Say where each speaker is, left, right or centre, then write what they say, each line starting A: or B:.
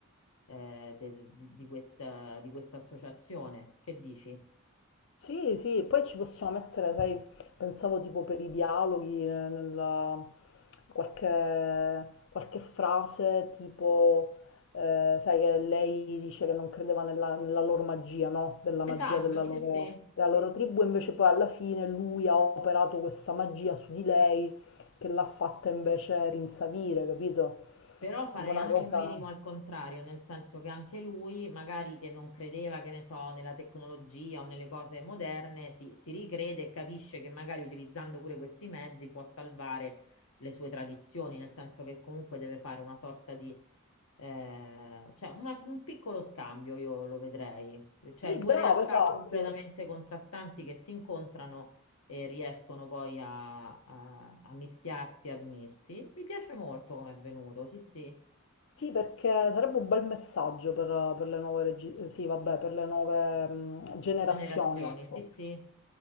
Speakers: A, on the left; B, on the left.
A: eh, de- di, di questa, di questa associazione. Che dici?
B: Sì, sì, poi ci possiamo mettere, sai, pensavo tipo per i dialoghi, eh, nella- qualche, qualche frase tipo, eh, sai che lei dice che non credeva nella, nella loro magia, no? Della
A: Esatto,
B: magia della
A: sì,
B: loro,
A: sì.
B: della loro tribù, invece poi alla fine lui ha operato questa magia su di lei che l'ha fatta invece rinsavire, capito?
A: Però farei
B: Tipo una
A: anche
B: cosa...
A: un minimo al contrario, nel senso che anche lui, magari che non credeva, che ne so, nella tecnologia o nelle cose moderne, si, si ricrede e capisce che magari utilizzando pure questi mezzi può salvare le sue tradizioni, nel senso che comunque deve fare una sorta di, eh, cioè una- un piccolo scambio, io lo vedrei, cioè
B: Sì,
A: due
B: bravo,
A: realtà
B: esatto.
A: completamente contrastanti che si incontrano e riescono poi a, a- a mischiarsi, ad unirsi. Mi piace molto come è venuto, sì, sì.
B: Sì, perché sarebbe un bel messaggio per, per le nuove, regi- sì, vabbè, per le nuove mh, generazioni,
A: Generazioni,
B: ecco.
A: sì, sì.